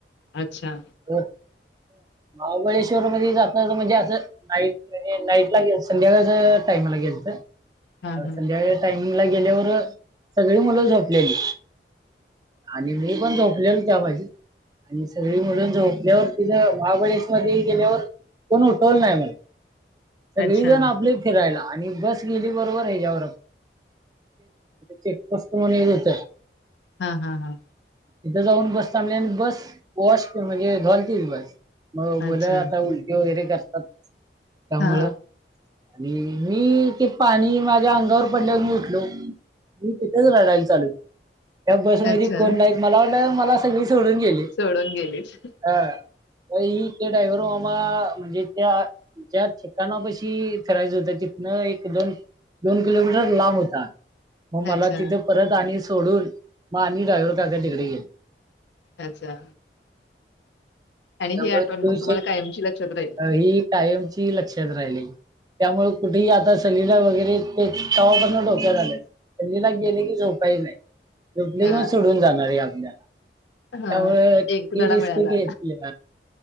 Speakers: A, on the left; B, on the right.
A: अच्छा
B: हो महाबळेश्वर मध्ये जाता म्हणजे असं नाईट म्हणज नाईटला गे संध्याकाळच टाइमाला गेयच
A: हा हा
B: संध्याकाळ टायमिंग ला गेल्यावर सगळी मुलं झोपलेली आणि मी पण झोपलेल त्या भाजी आणि सगळी मिळून झोपल्यावर तिथं महाबळेश मध्ये गेल्यावर कोण उठव नाही मला सगळी
A: अच्छा
B: जण आपले फिरायला आणि बस गेली बरोबर ह्याच्यावर चेक कष्ट मन ये होत
A: हा हा हा
B: इथं जाऊन बस थांबली आणि बस वॉश म्हणजे धॉलतील बस मग मुलं
A: अच्छा
B: आता उलटी वगैरे करतात त्यामुळ
A: हा
B: आणि मी ते पाणी माझ्या अंगावर पडल्यावर मी उठलो मी तथच लढाल चालू त्या बस
A: अच्छा
B: म कोण नाही मला वाटलं मला सगळी सोडून गेली
A: सोडून गेलीच
B: हा. ही ते ड्रायव्हर मामा म्हणजे त्या ज्या ठिकाणा पशी फिरायच होत तिथनं एक दोन दोन किलोमीटर लांब होता. मग मला
A: अच्छा
B: तिथे परत आणि सोडून मग आणि ड्रायव्हर काका तिकडे गेले
A: अच्छा आणि
B: गम
A: ही आठवण
B: तू
A: मग तुम्हाला कायमची लक्षात राहील
B: अ टायमची लक्षात राहिले त्यामुळे कुठेही आता सलीला वगैरे ते तवा प डोक्या झाल्या पल्लीला गेले की झोपाही नाही झोपले
A: हा
B: कि मग सोडून जाणार आहे आपल्याला
A: हा
B: त्यामुळे तिरिसक
A: एक धडा मिळाला
B: घेतले